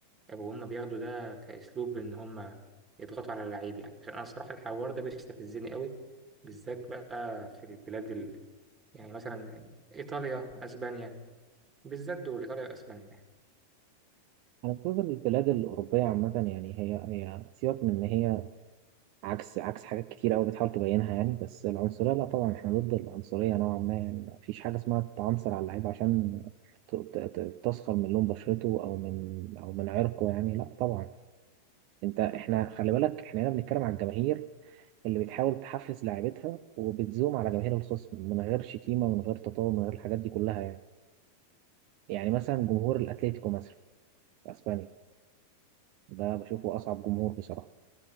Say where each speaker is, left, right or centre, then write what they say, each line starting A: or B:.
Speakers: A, on the right; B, on the right.
A: وهم بياخدوا ده كاسلوب ان هم يضغطوا على اللعيب يعني عشان انا الصراحه الحوار ده بيستفزني قوي بالذات بقى في البلاد ال... يعني مثلا ايطاليا اسبانيا بالذات دول إيطاليا وأسبانيا يعني.
B: انا بشوف البلاد الاوروبيه عامه يعني هي هي سيبك من ان هي عكس عكس حاجات كتير قوي بتحاول تبينها يعني بس العنصريه لا طبعا احنا ضد العنصريه نوعا ما يعني مفيش حاجه اسمها تعنصر على اللعيب عشان ت- ت- ت- تسخر من لون بشرته او من او من عرقه يعني لا طبعا انت احنا خلي بالك احنا هنا بنتكلم على الجماهير اللي بتحاول تحفز لاعيبتها وبتزوم على جماهير الخصم من غير شتيمة ومن غير تطاول من غير الحاجات دي كلها يعني يعني مثلا جمهور الأتليتيكو مثلا في أسبانيا ده بشوفه أصعب جمهور بصراحة